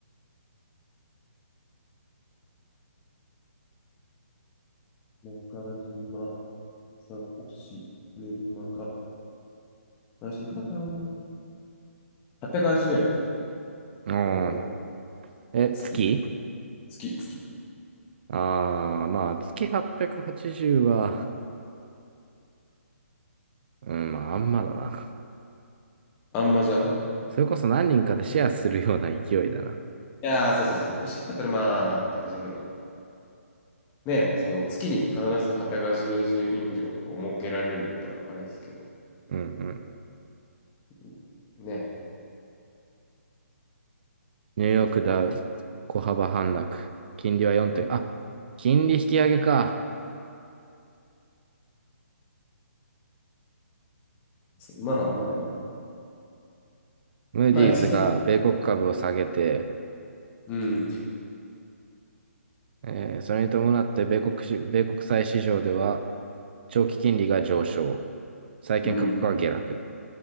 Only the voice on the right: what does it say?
うん。
え、
月
ああー、まあ、月880はちじゅうは、うん、まあ、あんまだな。
それこそ何人かでシェアするような勢いだな。
うんうん。
ニューヨークダウ、小幅反落。金利は4点、あ、金利引き上げか。
ムーディーズが米国株を下げて、
えーそれに伴って米国し、米国債市場では長期金利が上昇、債券価格が下落。